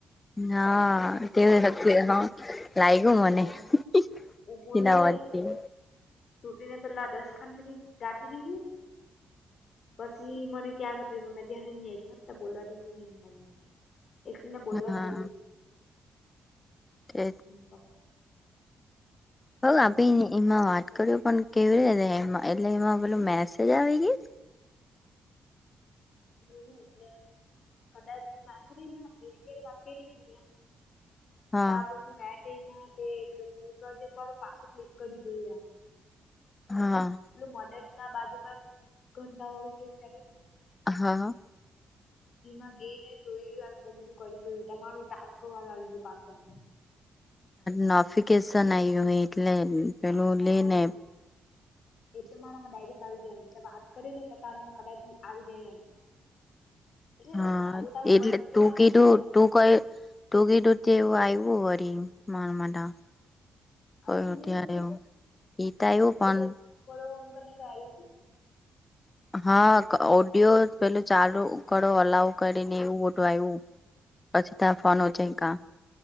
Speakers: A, on the left; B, on the left.
A: ના કેવું <unintelligible> લાયૌગું
B: હા
A: મને <unintelligible>
B: ઓ બોલે
A: એના અવાજતી
B: તૂટીને પેલા દસ ખાંડ મિનિટ દાદી <unintelligible> હું પછી મને ક્યાં કરતી પ મે ધ્યાનેની હ તો બોલવા દે હીનેમ ગને એકલી ને બોલવા જ
A: હા
B: દીધી
A: તે
B: હ
A: હલ આપે એ એમાં વાત કર્યું પણ કેવી રીતે એમાં એટલે એમાં પેલું મેસેજ આવી ગઈ
B: ન એટલે કદાચ માધરી માં આપ અંગ વાત કરી.
A: હા
B: ત્યાાર પછી મેમાં પેલ ન્યુ પ્રોજેક્ટ વાળો પાછું ક્લિક કરી જોયું એમ
A: હા.
B: પલું મડટ ના બાજુમાં એમ ઘંટા વાળું જેયું સેતે
A: હા હા.
B: ટીમાં ગઈને જોય એમ ગમે તું કરી જોયું તમારું ટાસ્ક વાળું આવી ગયું પાસેમ.
A: નોફિકેશન આ હોય એટલે પેલું
B: હા
A: લે નને
B: એટલે મારામાં ડાયરીક આવી ગાયમ એટલે વાત કરી ને તારામાં કદાચ આવી જાય એમ એટલે
A: હા
B: આજે તારું
A: એટલે
B: કરીને કેતા
A: તું
B: હાજુ
A: કીધું
B: પડે
A: તું કઈ ડૂગી ડૂતી એવું આવ્યું હોરી મારમટ કર
B: આવ્યું ને
A: ત્યારે એ તાયું પણ
B: કોળો અમ કને ક આયવું તું.
A: હા ક ઓડિયો પેલું ચાલુ કડો અલાવ કરીને એવું ઓટું આયવું પછી ત્યા ફોનો ઊંચયકા